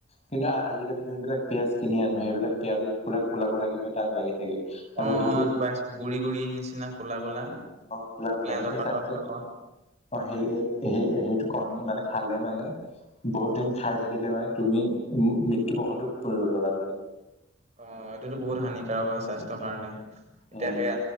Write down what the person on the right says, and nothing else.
অ'
অ' এইটো পাই আছোঁ গুৰি গুৰি নিচিনা ক'লা- ক'লা।
পিয়াজৰ
পাতৰ
কাষত
অ' এইটোতো বহুত হানিকাৰক হয় স্বাস্থ্যৰ কাৰণে, এতিয়া
সেই